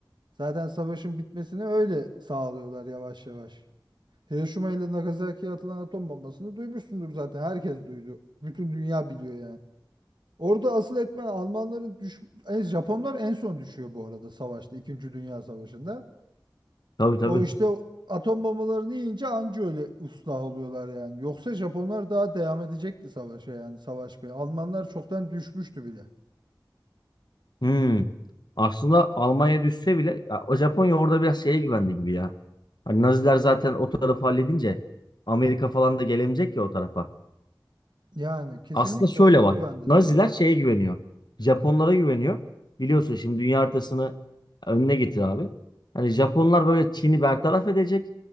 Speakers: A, on the right; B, on the left.
A: Zaten savaşın bitmesini öyle sağlıyorlar yavaş yavaş. Hiroşima ile Nagasaki'ye atılan atom bombasını duymuşsundur zaten herkes duydu. Bütün dünya biliyor yani. Orada asıl etmen Almanların düş en- Japonlar en son düşüyor bu arada savaşta. İkinci Dünya Savaşı'nda.
B: Tabii tabii.
A: O işte o atom bombalarını yiyince anca öyle ıslah oluyorlar yani. Yoksa Japonlar daha devam edecekti savaşa yani savaşmaya. Almanlar çoktan düşmüştü bile.
B: Hmm. Aslında Almanya düşse bile ya, o Japonya orada biraz şeye güvendi gibi ya. Hani Naziler zaten o tarafı halledince Amerika falan da gelemeyecek ya o tarafa.
A: Yani kesinlikle
B: Aslında şöyle
A: ona güvendiler
B: bak. Naziler
A: orada.
B: şeye güveniyor. Japonlara güveniyor. Biliyorsun şimdi dünya haritasını önüne getir abi. Hani Japonlar böyle Çin'i bertaraf edecek.